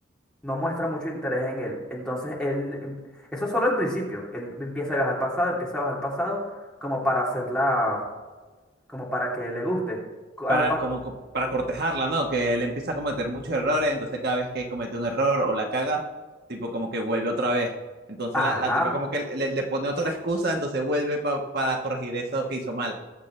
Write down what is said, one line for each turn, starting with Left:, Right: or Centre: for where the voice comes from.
Centre: no muestra mucho interés en él. Entonces él, em- eso es solo al principio, él empieza a viajar al pasado, empieza a bajar al pasado como para hacerla, como para que le guste. Co-
Right: para
Centre: al pa-
Right: como co- para cortejarla, ¿no? Que él empieza a cometer muchos errores, entonces cada vez que comete un error o la caga, tipo como que vuelve otra vez. Entonces
Centre: Ajá,
Right: la, la tipa como que le, le pone otra excusa, entonces vuelve pa- para corregir eso que hizo mal.